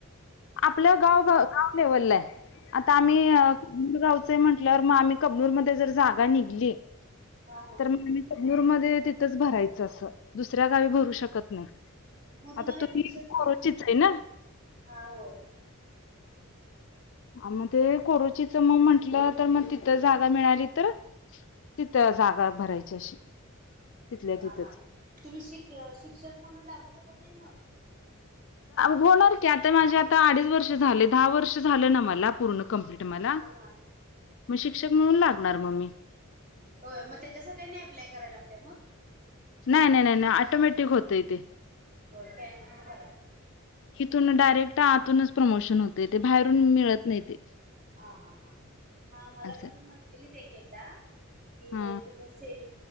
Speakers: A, on the left; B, on the right.
A: आपल्या गाव.
B: होय.
A: दवले आता आम्ही
B: हा
A: अ.
B: हा
A: करगावचं म्हटलंवर मग आम्ही कबनूर मध्ये जर जागा निघली.
B: हा हा.
A: तर मग आम्ही चगनूर मध्ये तिथंच भरायचं असं दुसऱ्या गावी भरू शकत नाही.
B: मग तुम्हाला
A: आता तुम्ही
B: शिक्षक
A: कोरोचीचे
B: शिक
A: ना
B: हा होय
A: आ मध्ये कोरुचीच मग म्हंटलं तर मग तिथं जागा मिळाली तर तिथ जागा भरायची अशी. तिथल्या
B: हा
A: तिथंच
B: हा तुम्ही शिक शिक्षक म्हणून लागू शकत नाही मग
A: होणार की आता माझे आता अडीच वर्ष झाले दहा वर्ष झाले ना मला पूर्ण कंप्लीट. मला
B: हा हा
A: मग शिक्षक म्हणून लागणार मी.
B: होय मग त्याच्यासाठी नाही अप्लाय करायला लागते मग?
A: नाही नाही नाही नाही ऑटोमॅटिक होतंय तेे.
B: <inaudible>
A: तिथून डायरेक्ट आतूनच प्रमोशन होते ते बाहेरून मिळत नाही ते.
B: हा हा हा हा मला
A: असं
B: पण म्हटलेली एकदा कि
A: हा
B: तुम्ही सेव